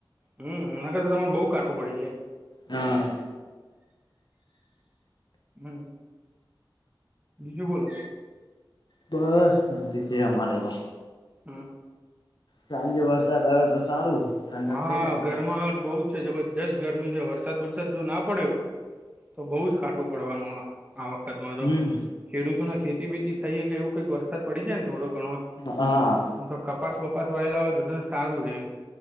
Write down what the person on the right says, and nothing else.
હમ ન કરતા તમારે બહુ કાઠું પડી જાય.
હમ બીજું બોલો.
હા.
હા
ગરમાહટ બઉ જ છે જબરજસ્ત ગરમી છે વરસાદ બરસાદ જો ના પડ્યો તો બહુ જ કાઠું પડવાનું હ આ વખત માં તો
ખેડૂતોને ખેતી બીતી થઈ કે એવું કઈક વરસાદ પડી જાય ને થોડો ઘણો
મ તો કપાસ વપાસ વાયેલા હોય બધાને સારું રે એમ